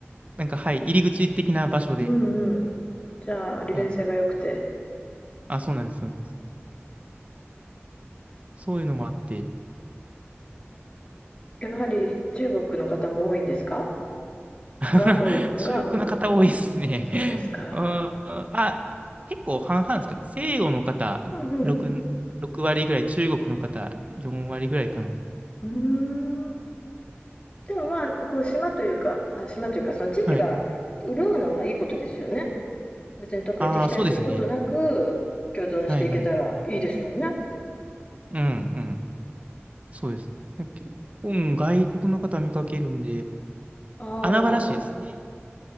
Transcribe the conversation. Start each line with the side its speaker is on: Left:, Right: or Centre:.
Right: なんか、はい、入り口的な場所で。
Left: うんうん。じゃあ、利便性が良くて。
Right: そう、あ、そうなんです。そうなんですそういうのもあって。
Left: やはり中国の方も多いんですか？
Right: <laughs>
Left: が多いが多い？
Right: 中国の方多いですね。
Left: そうですか。
Right: うん、あ、結構半々ですかね。西洋の方6、
Left: うんうん。
Right: 6割ぐらい、中国の方4割ぐらいかな。
Left: うーん。でも、まあ、こう島というか、あ、島というか、その地域が潤うのはいいことですよね。
Right: はい。
Left: 別に特に敵対することなく、
Right: ああ、そうですね。
Left: 共存していけたらいいですもんね。
Right: はいはい。うんうん。そうです。結構、うん外国の方見かけるんで、
Left: ああ、
Right: 穴場らしいですね。